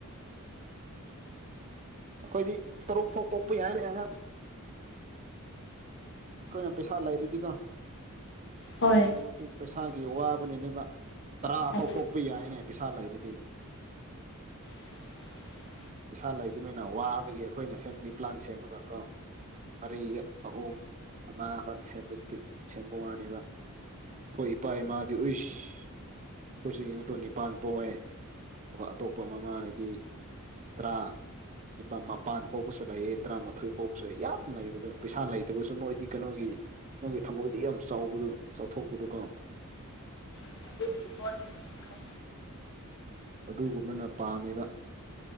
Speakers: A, on the right; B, on the left.
A: ꯑꯩꯈꯣꯏꯗꯤ ꯇꯔꯨꯛ ꯐꯥꯎ ꯄꯣꯛꯄ ꯌꯥꯏꯅꯤ ꯑꯉꯥꯡ ꯑꯩꯈꯣꯏꯅ ꯄꯩꯁꯥ ꯂꯩꯔꯤꯗꯤꯀꯣ
B: ꯍꯣꯏ
A: ꯑꯗꯨ ꯍꯥꯏꯗꯣꯛꯁꯤꯩꯁ ꯊꯥꯒꯤ ꯋꯥꯕꯅꯤꯅꯦꯕ ꯇꯔꯥ ꯑꯐꯥꯎ
B: ꯑꯗꯨ
A: ꯄꯣꯛꯄ ꯌꯥꯏꯅꯦꯕ ꯄꯩꯁꯥ ꯂꯩꯔꯤꯗꯤ
B: <unintelligible>
A: ꯄꯩꯥ ꯂꯩꯗꯃꯤꯅ ꯋꯥꯕꯒꯤ ꯑꯩꯈꯣꯏꯅ ꯐꯦꯃꯤꯂꯤ ꯄ꯭ꯂꯥꯟ ꯁꯦꯝꯃꯒ ꯀꯣ ꯑꯔꯤ ꯑꯍꯣꯝꯅꯥꯥꯟꯄꯤ ꯆꯄ ꯋꯥꯅꯤꯕ ꯑꯩꯈꯣꯏ ꯏꯄꯥ ꯏꯃꯥꯗꯤ ꯎꯏꯁ ꯀꯈꯣꯏꯁꯤꯡ ꯇꯨꯟ ꯅꯤꯄꯥꯥꯟ ꯄꯣꯛꯑꯦ ꯑꯗꯨꯒ ꯑꯇꯣꯞꯄ ꯃꯃꯥꯅꯗꯤ ꯇꯔꯥ ꯄꯥ ꯃꯄꯥꯟ ꯄꯣꯛꯄꯁꯨ ꯂꯩꯑ ꯇꯔꯥꯃꯥꯊꯣꯏ ꯄꯣꯛꯄꯁꯨ ꯌꯥ ꯌꯥꯝ ꯂꯩꯕꯗꯣ ꯄꯩꯁꯥ ꯂꯩꯇꯕꯁꯨ ꯃꯣꯏꯗꯤ ꯀꯩꯅꯣꯒꯤ ꯃꯣꯏꯒꯤ ꯊꯃꯣꯏꯗꯤ ꯌꯥꯝ ꯆꯥꯎꯕꯗꯣ ꯆꯥꯎꯊꯣꯛꯄꯗꯨꯣꯀꯣ
B: ꯑꯗꯨ
A: ꯎꯝ ꯑꯗꯨꯒꯨꯝꯕꯅ ꯄꯥꯝꯃꯤꯕ